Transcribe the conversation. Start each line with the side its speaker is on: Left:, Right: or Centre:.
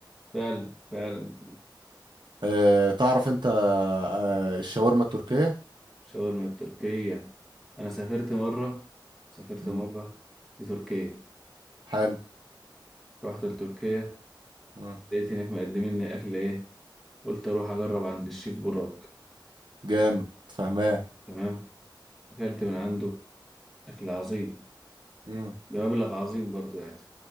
Centre: فعلا فعلا
Right: آه تعرف انت آه الشاورما التركية
Centre: شاورما التركية أنا سافرت مرة سافرت
Right: مم.
Centre: مرة لتركيا
Right: حلو
Centre: رحت لتركيا
Right: مم.
Centre: لقيت هناك مقدمين لي أكل إيه قلت أروح أجرب عند الشيف براك
Right: جامد فهمان
Centre: تمام أكلت من عنده أكل عظيم
Right: مم.
Centre: بمبلغ عظيم برضو يعني